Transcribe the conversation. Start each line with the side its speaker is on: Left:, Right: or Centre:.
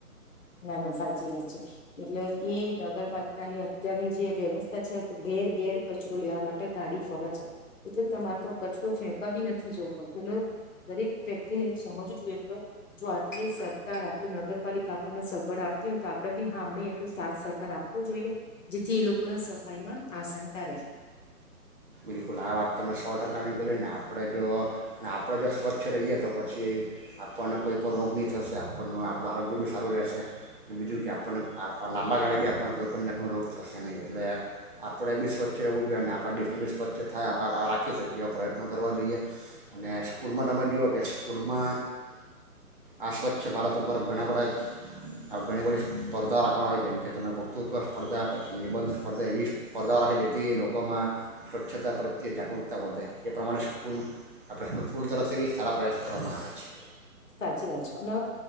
Left: ના ના સાચી વાત છે એટલે ઈ નગરપાલિકાની અત્યારની જે વ્યવસ્થા છે, ઘેર ઘેર કચરો લેવા માટે ગાડી ફરજ છે એટલે તમારે તો કચરો ફેંકા બી નથી, જવું પડતું દરેક વ્યક્તિને સમજવું જોું કે જો આટલી સરકાર આટલ નગરપાલિકા. ને સગવડ આપતી હોય તો આપણેે બી હા મેં એટલો સાથ સહકાર આપવો જોઈએ, જેથી એ લોકોને સફાઈમાં આસાનતા રહે.
Right: બિલકુલ આ વાત તમે સો ટકાની કરી ને આપણે જો આપણે જો સ્વચ્છ રહીએ, તો પછી આપણને કોઈ પણ રોગ નહીં થશે આપણનું આપણું આરોગ્ય બી સારું રહેશે બીજું કે આપણને લાંબા ગાળે બી આપણને કોઈપણ જાતનો રોગ થશે નહીં એટલે. આપણે બી સ્વચ્છ રહેવું જોઈએ ને આપણે. <unintelligible> સ્વચ્છ થાય આપ રાખી શકીએ એવા પ્રયત્નો કરવા જોઈએ, અને સ્કૂલમાં તમે જુઓ કે સ્કૂલમાં આ સ્વચ્છ ભારત ઉપર ઘણા બધા ઘણી બધી સ્પર્ધાઓ રાખવામાં આવે જેમકે તમે ભક્તૃત્વ સ્પર્ધા પછી નિબંધ સ્પર્ધા એવી સ્પર્ધાઓ રાખી જેથી લોકોમાં સ્વચ્છ. સ્વચ્છતા પ્રત્યે જાગૃતતા વધે એ પ્રમાણે સ્કૂલ આપણે સ્કૂલ તરફથી બ સારા પ્રયાસ કરવામાં આવે છે.
Left: સાચી વાત છે, અને